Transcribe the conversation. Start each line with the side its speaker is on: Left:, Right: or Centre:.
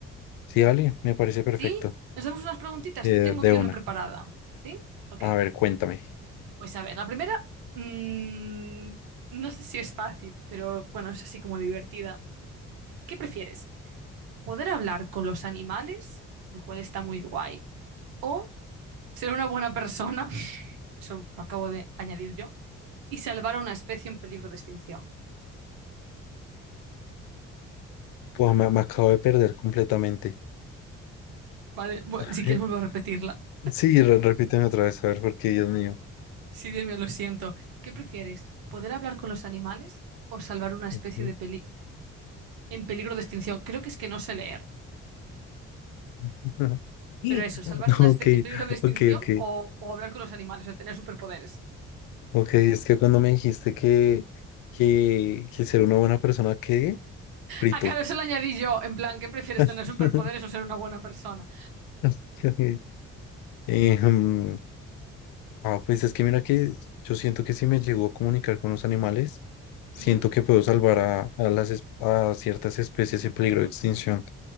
Left: Sí, Ale, me parece perfecto.
Right: ¿Sí? Nos damos unas preguntitas,
Left: Eh,
Right: te tengo
Left: de
Right: aquí
Left: una.
Right: una preparada. ¿Sí? Ok.
Left: A ver, cuéntame.
Right: Pues a ver, la primera, mm, no sé si es fácil, pero bueno, es así como divertida. ¿Qué prefieres? poder hablar con los animales, lo cual está muy guay, o ser una buena persona, <laughs> eso lo acabo de añadir yo, y salvar a una especie en peligro de extinción.
Left: Pues me, me acabo de perder completamente.
Right: Vale, bu-
Left: A
Right: si quieres
Left: ver,
Right: vuelvo a repetirla.
Left: sí, re- repíteme otra vez, a ver, porque Dios mío.
Right: Sí, Dios mío, lo siento. ¿Qué prefieres? ¿Poder hablar con los animales o salvar una especie
Left: Ok.
Right: de peli- en peligro de extinción? Creo que es que no sé leer.
Left: <laughs>
Right: Pero eso, salvar una
Left: Ok,
Right: especie en peligro de extinción
Left: ok, ok.
Right: o, o hablar con los animales, o tener superpoderes.
Left: Ok, es que cuando me dijiste que, que, que ser una buena persona, ¿qué? Frito.
Right: Ah, claro, eso lo añadí yo, en plan, ¿qué prefieres,
Left: <laughs>
Right: tener superpoderes o ser una buena persona?
Left: <laughs> wow, pues es que mira que yo siento que si me llego a comunicar con los animales, siento
Right: Ujú,
Left: que puedo salvar a, a las, es- a ciertas especies en peligro
Right: ujú.
Left: de extinción.